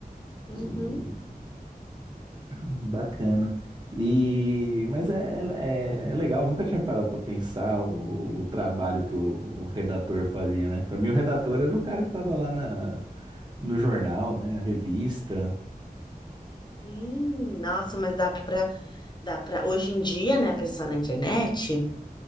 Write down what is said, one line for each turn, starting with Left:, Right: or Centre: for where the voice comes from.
Left: Uhum.
Right: Hum. Bacana. E, mas é, é, é legal, nunca tinha parado para pensar o, o trabalho que o, o redator fazia, né? Para mim, o redator era o cara que estava lá na, no jornal, né? Na revista.
Left: Sim, nossa, mas dá para dá para hoje em dia, né, pensando na internet,